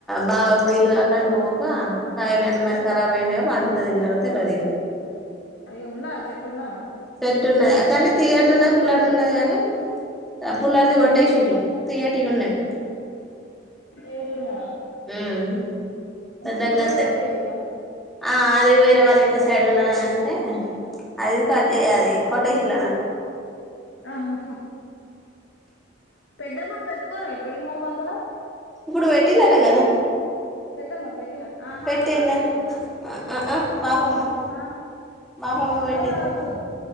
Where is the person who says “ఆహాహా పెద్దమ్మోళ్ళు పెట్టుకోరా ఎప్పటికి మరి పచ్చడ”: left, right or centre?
Left